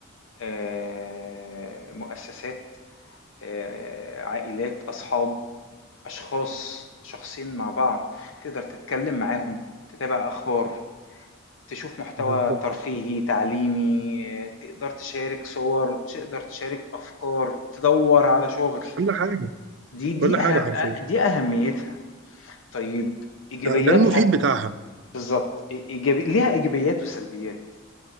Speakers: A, on the left (about 70°); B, on the right (about 60°).
A: آه، مؤسسات آه، عائلات أصحاب أشخاص شخصين مع بعض تقدر تتكلم معاهم، تتابع أخبار، تشوف محتوى
B: بالظبط
A: ترفيهي، تعليمي، تقدر تشارك صور، تقدر تشارك أفكار، تدوّر على شغل.
B: كل حاجة
A: دي دي
B: كل حاجة
A: أه
B: حرفيا
A: أ دي أهميتها. طيب إيجابياتها
B: ده المفيد بتاعها
A: بالضبط. إي إيجابي ليها إيجابيات وسلبيات.